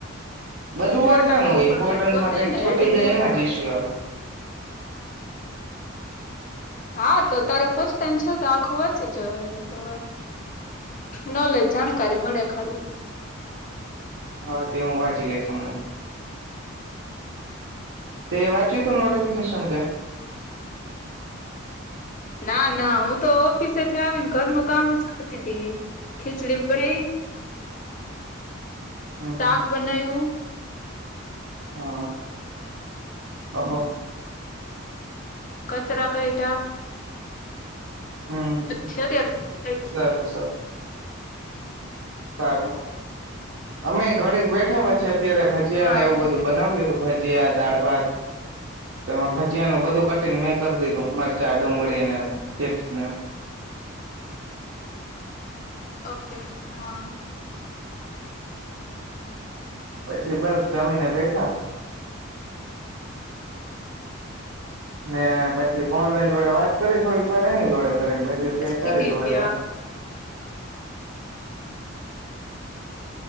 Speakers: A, on the right; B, on the left.
A: બધું
B: ઇમ્પોર્ટન્ટ
A: વાંચવાનું હોય
B: ઇમ્પોર્ટન્ટ
A: ઇમ્પોર્ટન્ટમાં
B: ગોતી
A: કઈક
B: ને
A: છોટી
B: હેડિંગ
A: જાય
B: પેલા
A: એમાં જઈશું
B: વાંચ
A: હ.
B: હા તો તારે ફસ્ટ ટાઈમ છે તો આખું વાંચી જવા તો નોલેજ જાણકારી મળે ખાલી.
A: હા તે હું વાંચી લઈશ હમણાં. તે વાંચી તું નોટિફિકેશન. <inaudible>
B: ના ના હું તો ઓફિસેથી આવીને ઘરનું કામ જ કરતી હતી ખીચડી બનાઈ.
A: હમ
B: સાક
A: હમ
B: બનાું.
A: હા ઓહો
B: <inaudible> કચરા કઢા. <inaudible>
A: હમ હમ સારું સારું સારું. અમે ઘરે બેઠ. ઠબ છે. અત્યારે ભજીયાને
B: હા
A: એવું
B: એટલે
A: બધું બનાવ્યું હતુ. ભજીયા દાળભાત એમાં ભજીયાનુ બધું કટિંગ મેજ કરી દીધું મરચા ડુંગળીને ચીપ્સને
B: ઓકે હા
A: પછી બસ જમીને બેઠા ને પછી કોમલબેન જોડે વાત કરી થોડીક વાર એની જોડે
B: <inaudible>
A: કરીને પછી અત્યારે તારી જોડે હવે